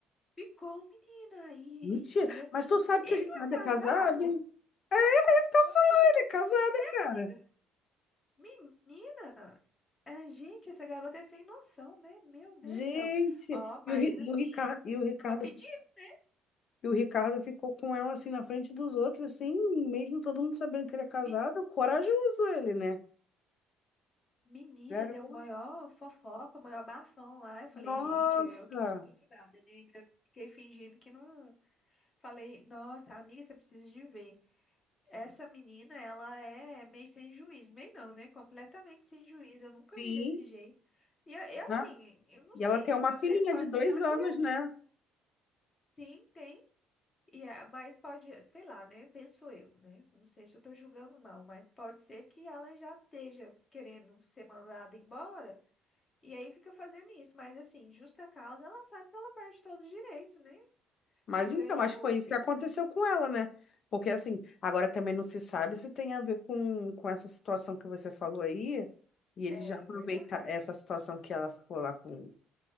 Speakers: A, on the left (about 35°); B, on the left (about 55°).
A: ficou, menina. E,
B: Mentira.
A: e assim,
B: Mas tu sabe
A: ele
B: que o Ricardo
A: não é casado?
B: é casado? hein?
A: <laughs> Uai,
B: É isso que eu
A: mas,
B: falo, ele é casado,
A: amiga,
B: cara.
A: Menina, a gente, essa garota é sem noção, né? Meu Deus
B: Gente,
A: do céu. Ó, mas
B: e o, Ri-
A: assim,
B: e o Ricardo, e o Ricardo
A: tava pedindo, né?
B: E o Ricardo ficou com ela assim na frente dos outros, assim, mesmo todo mundo sabendo que ele é casado,
A: Me-
B: corajoso ele, né?
A: Menina,
B: Garoto.
A: deu maior fofoca, maior bafão lá. Eu falei,
B: Nossa!
A: gente, eu que não sei de nada, né? Ainda fiquei fingindo que não. Falei, nossa, amiga, você precisa de ver. Essa menina, ela é meio sem juízo, meio não, né? Completamente sem juízo. Eu nunca
B: Sim,
A: vi desse jeito. E, e assim,
B: né?
A: eu não
B: E
A: sei,
B: ela tem
A: né?
B: uma
A: Às
B: filhinha
A: vezes pode
B: de dois
A: ser que ela
B: anos,
A: queria.
B: né?
A: Sim, tem. E é, mas pode, sei lá, né? Penso eu, né? Não sei se eu tô julgando mal, mas pode ser que ela já esteja querendo ser mandada embora e aí fica fazendo isso. Mas assim, justa causa, ela sabe que ela perde todo o direito, né?
B: Mas
A: Não
B: então,
A: vejo.
B: mas foi isso que aconteceu com ela, né? Porque assim, agora também não se sabe se tem a ver com, com essa situação que você falou aí, e
A: É
B: ele já aproveita
A: verdade.
B: essa situação que ela ficou lá com,